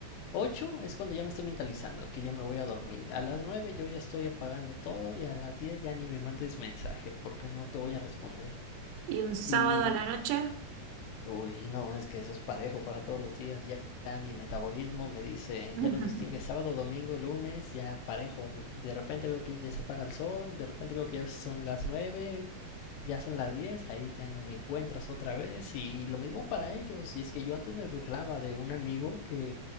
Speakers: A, on the left; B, on the right.
A: 8 es cuando ya me estoy mentalizando, que ya me voy a dormir. A las 9 yo ya estoy apagando todo y a las 10 ya ni me mandes mensaje, porque no te voy a responder.
B: ¿Y un sábado
A: Y
B: a la noche?
A: Uy, sí, no, es que eso es parejo para todos los días. Ya, ya mi metabolismo me dice,
B: <laughs> Ujú.
A: ya nos distingue sábado, domingo, lunes, ya parejo. De repente veo que ya se apaga el sol, de repente veo que ya son las nueve ya son las diez ahí ya no me encuentras otra vez. Y lo mismo para ellos. Y es que yo antes me burlaba de un amigo que